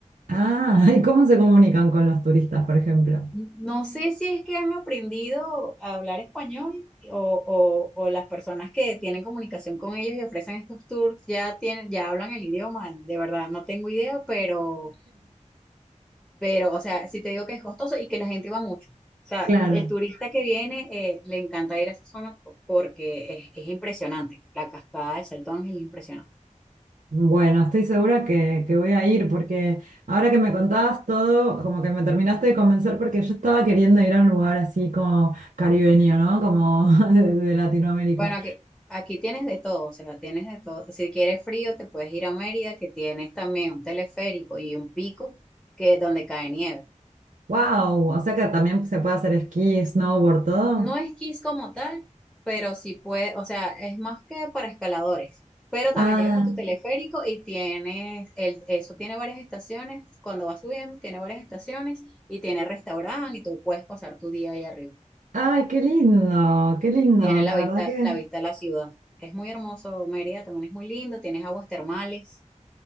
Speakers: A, on the right; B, in the centre.
A: Ah, <laughs> ¿y cómo se comunican con los turistas, por ejemplo?
B: No sé si es que han aprendido a hablar español o, o- o las personas que tienen comunicación con ellos y ofrecen estos tours ya tienen, ya hablan el idioma. De verdad, no tengo idea, pero, pero, o sea, si te digo que es costoso y que la gente va mucho. O sea,
A: Claro.
B: el turista que viene eh, le encanta ir a esa zona porque es, es impresionante. La cascada de Salto Ángel es impresionante.
A: Bueno, estoy segura que, que voy a ir porque ahora que me contabas todo, como que me terminaste de convencer porque yo estaba queriendo ir a un lugar así como caribeño, ¿no? Como <laughs> de, de Latinoamérica.
B: Bueno, aquí, aquí tienes de todo, o sea, tienes de todo. Si quieres frío, te puedes ir a Mérida, que tienes también un teleférico y un pico que donde cae nieve.
A: ¡Wow! O sea que también se puede hacer esquí, snowboard, todo.
B: No esquís como tal, pero sí puede, o sea, es más que para escaladores. Pero también
A: Ah,
B: llegas a tu teleférico y tienes, el, eso tiene varias estaciones, cuando vas subiendo, tiene varias estaciones y tiene restaurante y tú puedes pasar tu día ahí arriba.
A: ay, qué lindo, qué lindo,
B: Y tiene
A: la
B: la vista,
A: verdad que
B: la vista a la ciudad. Es muy hermoso, Mérida también es muy lindo, tienes aguas termales.